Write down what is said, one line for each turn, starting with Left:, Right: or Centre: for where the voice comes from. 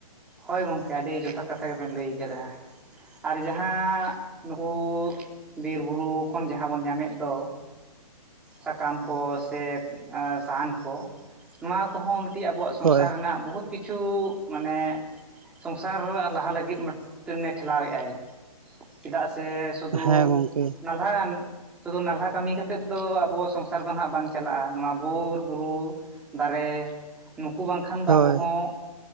Centre: ᱦᱳᱭ ᱜᱚᱝᱠᱮ ᱟᱹᱰᱤ ᱡᱚᱛᱷᱟᱛ ᱠᱟᱛᱷᱟ ᱜᱮ ᱵᱮᱱ ᱞᱟᱹᱭ ᱠᱟᱫᱟ ᱟᱨ ᱡᱟᱦᱟᱸ ᱱᱩᱠᱩ, ᱵᱤᱨ ᱵᱩᱨᱩ ᱠᱷᱚᱱ ᱡᱟᱦᱟᱸ ᱵᱚᱱ ᱧᱟᱢᱮᱫ ᱫᱚ, ᱥᱟᱠᱟᱢ ᱠᱚ ᱥᱮ ᱥᱟᱦᱟᱱ ᱠᱚ, ᱱᱚᱣᱟ ᱠᱚᱦᱚᱸ ᱢᱤᱫᱴᱤᱡ ᱟᱵᱚᱣᱟᱜ ᱥᱚᱝᱥᱟᱨ
Right: ᱦᱳᱭ
Centre: ᱨᱮᱱᱟᱜ ᱵᱚᱦᱩᱛ ᱠᱤᱪᱷᱩ ᱢᱟᱱᱮ, ᱥᱚᱝᱥᱟᱨ ᱞᱟᱦᱟ ᱞᱟᱹᱜᱤᱫ ᱢᱤᱫᱴᱮᱱᱮ ᱴᱷᱮᱞᱟᱣᱮᱫᱟᱭ ᱪᱮᱫᱟᱜ ᱥᱮ, ᱥᱩᱫᱩ
Right: ᱦᱮᱸ ᱜᱚᱝᱠᱮ
Centre: ᱱᱟᱞᱦᱟᱱ, ᱥᱩᱫᱩ ᱱᱟᱞᱦᱟ ᱠᱟᱹᱢᱤ ᱠᱟᱛᱮᱫ ᱫᱚ ᱟᱵᱚ ᱥᱚᱝᱥᱟᱨ ᱫᱚ ᱱᱟᱦᱟᱜ ᱵᱟᱝ ᱪᱟᱞᱟᱜᱼᱟ ᱱᱚᱣᱟ ᱵᱤᱨ ᱵᱩᱨᱩ, ᱫᱟᱨᱮ ᱱᱩᱠᱩ ᱵᱟᱝᱠᱷᱟᱱ ᱫᱚ
Right: ᱦᱳᱭ
Centre: ᱟᱵᱚ ᱦᱚᱸ